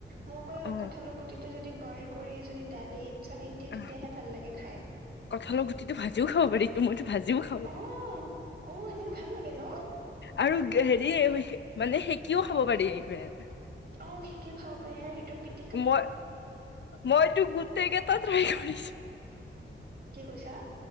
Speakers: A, on the right; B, on the left.
A: মই অকল
B: অ',
A: কঠালৰ গুটিটো যদি বইল কৰি যদি দালিত চালিত দিয়ে তেতিয়াহে
B: আহ
A: ভাল লাগে খাই।
B: কঁঠালৰ গুটিটো ভাজিও খাব পাৰি তো মইতো ভাজিও খাওঁ।
A: অ', অ সেনেকে ভাল লাগে ন।
B: আৰু হেৰিয়ে হৈছে মানে সেকিও খাব পাৰি এইটোৱে।
A: অঁ শিকিও খাব পাৰে আৰু সেইটো পিত-
B: মই মই তো গোটেই গেইটা ট্ৰাই কৰিছো।
A: কি কৈছা?